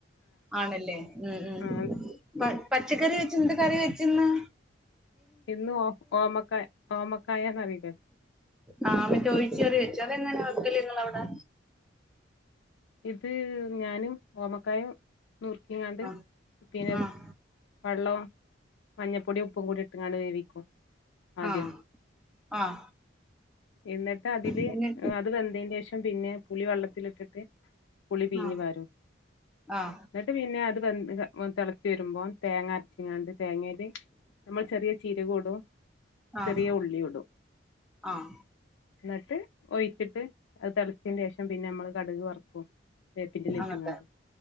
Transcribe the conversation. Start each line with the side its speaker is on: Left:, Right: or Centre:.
Centre: ആണല്ലേ ഉം
Left: ആ
Centre: ഉം പ പച്ചക്കറി വെച്ച എന്ത് കറി വെച്ചി ഇന്ന്
Left: ഇന്ന് ഓ ഓമക്കായ ഓമക്കായാന്നറീലേ
Centre: ആഹ് മറ്റേ ഒഴിച്ച് കറി വെച്ചു അതെങ്ങനെ വെക്കല് ഇങ്ങളവടെ
Left: ഇത് ഞാനും ഓമക്കായും നുർക്കിങ്ങാണ്ട്
Centre: ആഹ്
Left: പിന്നെ
Centre: ആഹ്
Left: വള്ളം മഞ്ഞപ്പൊടിം ഉപ്പും കൂടി ഇട്ട്ങ്ങാണ്ട് വേവിക്കും. ആദ്യം
Centre: ആഹ് ആഹ്
Left: എന്നിട്ട് അതില്
Centre: പിന്നെ
Left: അത് വെന്ത യ്ൻ്റേഷം പിന്നെ പുളി വള്ളത്തിലിട്ടിട്ട് പുളി പീഞ്ഞു
Centre: ആഹ്
Left: പാരും
Centre: ആഹ്
Left: ഇന്നിട്ട് പി ന്നെ അത് വെൻ തെളച്ച് വരുമ്പോ തേങ്ങ അരച്ച്ങ്ങാണ്ട് തേങ്ങേല് നമ്മൾ ചെറിയ ചീരകൂടും
Centre: ആഹ്
Left: ചെറിയ ഉള്ളിയുടും
Centre: ആഹ്
Left: ഇന്നട്ട് ഒയ്ച്ച് അത് തതിളച്ചതിന്റെ ശേഷം പിന്നെ നമ്മള് കടുക് വറ കു വേപ്പിന്റെല
Centre: അങ്ങത്തെ
Left: ഇട്ട് കാണ്ട്